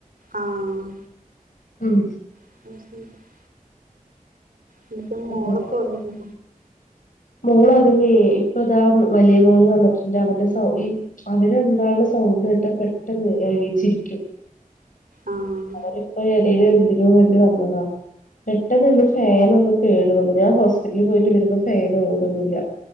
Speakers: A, on the right; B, on the left.
A: ആഹ്
B: ഉം
A: <unintelligible> എന്നിട്ട് മോളൊക്കെ
B: അങ്ങനെ
A: ഒറങ്ങിയോ
B: മോള് അതന്നേ ഇപ്പൊ ഇതാ വലിയ മോന് വന്നിട്ടെണ്ട് അവന്റെ സൗ ഈ അവിരണ്ടാളും സൗണ്ട് കേട്ട പെട്ടെന്ന് എണീച്ചിരിക്കും
A: ആഹ്
B: അവനിപ്പൊ എടയില് എന്തിനോ വേണ്ടി വന്നതാ പെട്ടെന്നൊന്ന് ഫാൻ ഒന്ന് കേടു വന്നു ഞാൻ ഹോസ്പിറ്റൽല് പോയിട്ട് വരുമ്പൊ ഫേന് ഓടുന്നില്ല